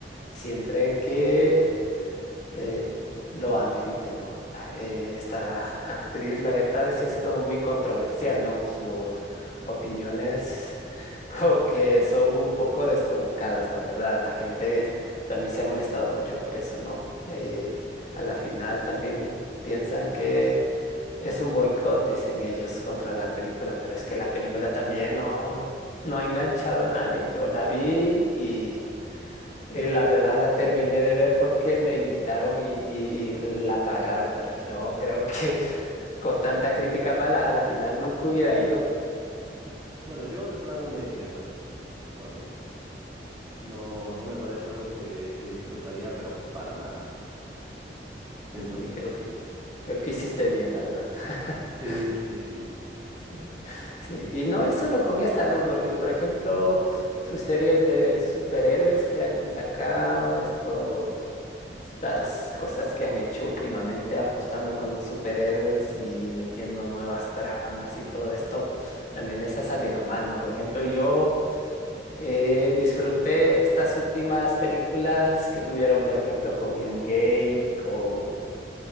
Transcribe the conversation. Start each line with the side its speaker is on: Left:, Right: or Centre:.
Left: siempre que eh, lo amerite, ¿no? Eh, esta actriz, la verdad, sí ha sido muy controversial, ¿no? Sus opiniones <laughs> como que son un poco descolocadas, la verdad. La gente también se ha molestado mucho por eso, ¿no? Eh, a la final también piensan que es un boicot, dicen ellos, contra la película, pero es que la película también no, no ha enganchado a nadie. Yo la vi y... Eh, la verdad la terminé de ver porque me invitaron y, y- y la pagaron, pero yo creo que <laughs> con tanta crítica mala a la final nunca hubiera ido
Right: Bueno, yo de plano no iría, ¿no? Mm, Realmente. No, no me parece algo que, que disfrutaría, pero para nada. Entonces,
Left: y creo que creo que hiciste bien, la verdad. <laughs>
Right: sí, sí, sí.
Left: Sí, sí, y no es solo con esta, ¿no? Porque, por ejemplo, sus series de superhéroes que han sacado, estos, estas cosas que han hecho últimamente apostando con los superhéroes y metiendo nuevas tramas y todo esto, también les ha salido mal, ¿no? Por ejemplo, yo eh, disfruté estas últimas películas que tuvieron, por ejemplo, con Endgame, con